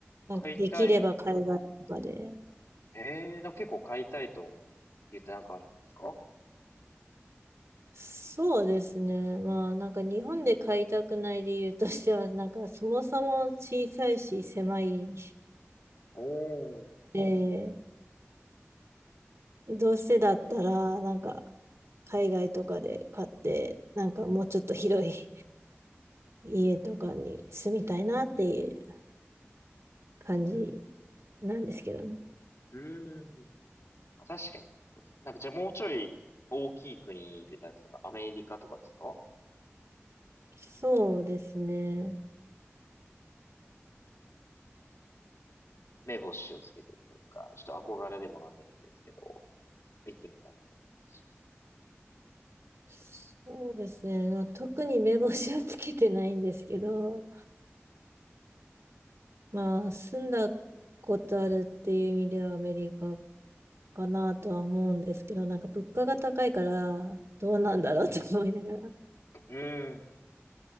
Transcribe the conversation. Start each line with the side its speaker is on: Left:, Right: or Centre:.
Right: なんか、
Left: 買いたい。
Right: できれば海外とかで。
Left: えー、なんか結構買いたいと思うって言ってなんかあるんですか
Right: そうですね。まあ、なんか日本で買いたくない理由としては、なんかそもそも小さいし狭い。
Left: おー。
Right: で、どうせだったら、なんか、海外とかで買って、なんかもうちょっと広い <laughs> 家とかに住みたいなっていう。感じ
Left: うん。
Right: なんですけどね。
Left: うーん。うんうんうんあ、確かに。なんかじゃあもうちょい大きい国で、なんか例えばアメリカとかですか
Right: そうですね。
Left: 目星をつけてるというか、ちょっと憧れでも何でもいいんですけど、行ってみたいと思いますし。
Right: そうですね。まあ、特に目星はつけてないんですけど、まあ、住んだことあるっていう意味ではアメリカかなとは思うんですけど、なんか物価が高いから、どうなんだろうと思いながら。
Left: うん。